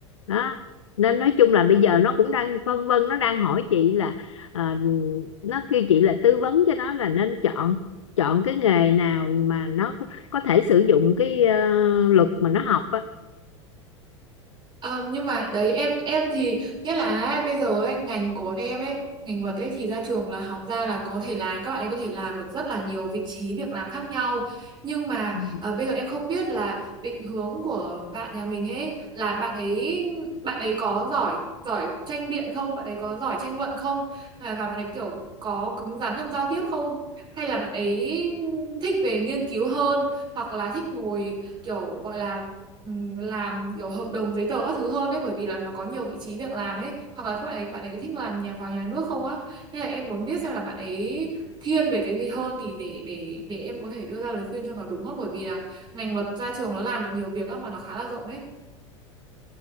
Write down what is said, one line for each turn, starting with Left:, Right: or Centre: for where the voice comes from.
Left: đó nên nói chung là bây giờ nó cũng đang phân vân nó đang hỏi chị là ờ, nó kêu chị là tư vấn cho nó là nên chọn chọn cái nghề nào mà nó có thể sử dụng cái ờ, luật mà nó học á
Right: Ờ, nhưng mà đấy em em thì nghĩa là bây giờ ấy, ngành của bọn em ấy ngành luật ấy thì ra trường là học ra là có thể làm các bạn ấy có thể làm được rất là nhiều vị trí việc làm khác nhau nhưng mà
Left: Ừ.
Right: ờ, bây giờ em không biết là định hướng của bạn nhà mình ấy là bạn ấy bạn ấy có giỏi giỏi tranh biện không bạn ấy có giỏi tranh luận không à, và bạn ấy kiểu có cứng rắn trong giao tiếp không hay là bạn ấy thích về nghiên cứu hơn hoặc là thích ngồi kiểu gọi là ừ, làm kiểu hợp đồng giấy tờ các thứ hơn đấy bởi vì là nó có nhiều vị trí việc làm ấy hoặc là các bạn ấy bạn ấy thích làm nhà vào nhà nước không á nên là em muốn biết xem là bạn ấy thiên về cái gì hơn thì để để để em có thể đưa ra lời khuyên cho nó đúng không bởi vì là ngành luật ra trường nó làm được nhiều việc á mà nó khá là rộng ấy